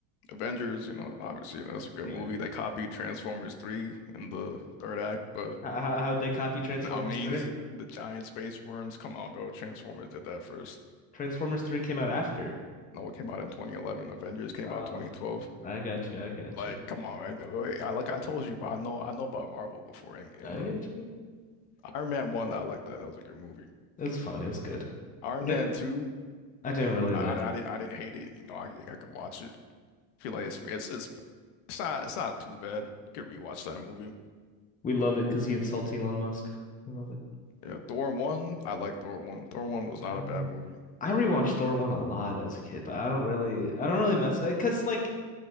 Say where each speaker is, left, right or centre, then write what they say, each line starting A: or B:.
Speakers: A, on the left; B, on the left.
A: Avengers, you know, obviously, you know, that's a good
B: Yeah.
A: movie. They copied Transformers 3 in the third act, but
B: How how how'd they copy Transformers
A: I mean,
B: three?
A: <laughs> the giant space worms, come on, bro. Transformers did that first.
B: Transformers three came out after.
A: No, it came out in 2011. Avengers came
B: Oh,
A: out 2012.
B: I got you. I got
A: Like,
B: you.
A: come on, right? I, like I told you, bro, I know I know about Marvel before Endgame,
B: I
A: bro.
B: got you.
A: Iron Man 1, I like that. That was a good movie.
B: It was fun. It was good.
A: Iron
B: I did
A: Man 2,
B: I didn't really
A: I,
B: like
A: I,
B: it.
A: I didn't I didn't hate it. You know, I I could watch it. feel like it's it's it's, it's not it's not too bad. You could rewatch that movie.
B: We love it because he insults Elon Musk. We love it.
A: Yeah, Thor 1, I like Thor 1. Thor 1 was not
B: Mm.
A: a bad movie.
B: I rewatched Thor 1 a lot as a kid, but I don't really I don't really mess because like